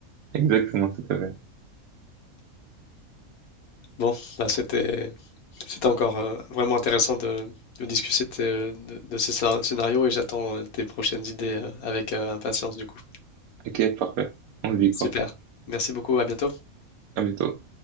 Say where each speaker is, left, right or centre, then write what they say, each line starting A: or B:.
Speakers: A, on the right; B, on the left.
A: Exactement, tout à fait.
B: Bon, là, c'était, c'était encore euh, vraiment intéressant de, de discuter de, de- de ces scén- scénarios et j'attends euh, tes prochaines idées euh, avec euh, impatience, du coup.
A: Ok, parfait. On se dit
B: Super.
A: quoi?
B: Merci beaucoup, à bientôt.
A: À bientôt.